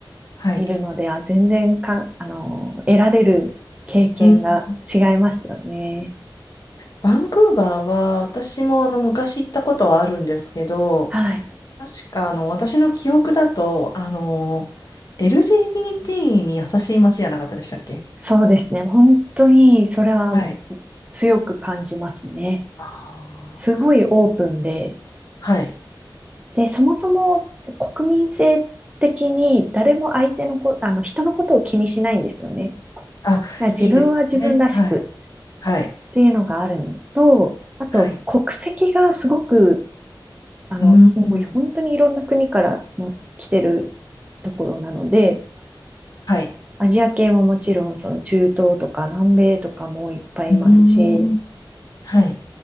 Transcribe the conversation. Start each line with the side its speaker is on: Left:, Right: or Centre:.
Left: はい。
Right: みるのでは、全然か、あの、得られる経験が違いますよね。
Left: うん。バンクーバーは、私もあの昔行ったことはあるんですけど、
Right: はい。
Left: 確かあの私の記憶だと、あの、LGBT に優しい街じゃなかったでしたっけ
Right: そうですね。本当に、それは
Left: はい
Right: 強く感じますね。
Left: ああ、
Right: すごいオープンで、
Left: はい。
Right: で、そもそも国民性的に誰も相手のこ、あの、人のことを気にしないんですよね。
Left: あ、
Right: だから自分は自分らしく
Left: いいですよね。はい。はい。
Right: っていうのがあるのと、あと国籍がすごく、
Left: はい。
Right: あの、
Left: うーん。
Right: もう本当にいろんな国からも来てるところなので、
Left: はい。
Right: アジア系ももちろんその中東とか南米とかもいっぱいいますし、
Left: うーん。はい。